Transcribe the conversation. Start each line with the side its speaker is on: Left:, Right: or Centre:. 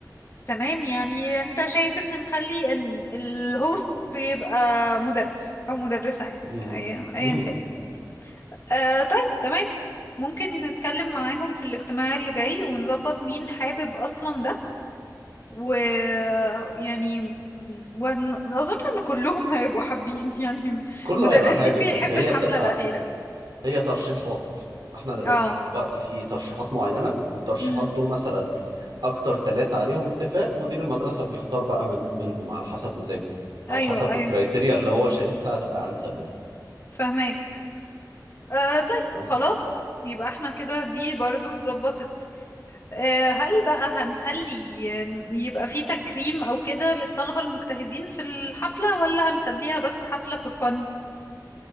Left: تمام يعني انت شايف ان نخلي ان الهوست يبقى مدرس او مدرسة يعني
Right: امم
Left: ايا أيا
Right: امم
Left: كان آه طيب تمام ممكن نتكلم معاهم في الاجتماع اللي جاي ونظبط مين حابب اصلا ده ويعني واظن ان كلهم هيبقوا حابين <laughs> يعني
Right: كله
Left: مدرسين
Right: هيبقى حابب
Left: بيحب
Right: بس هي
Left: الحفلة
Right: بتبقى
Left: الأخيرة
Right: هي ترشيحات احنا دلوقتي
Left: اه
Right: في ترشيحات معينة والترشيحات
Left: امم
Right: دول مثلا اكتر ثلاثة عليهم اتفاق مدير المدرسة بيختار بقى من منهم على حسب مزاجه
Left: ايوه
Right: او حسب
Left: ايوه
Right: الكرايتيريا اللي هو شايفها هتبقى انسب يعني
Left: فهمك آه طيب
Right: تمام
Left: خلاص يبقى احنا كده دي برضو اتظبطت آه، هل بقى هنخلي يبقى في تكريم أو كده للطلبة المجتهدين في الحفلة ولا هنخليها بس حفلة فور فن؟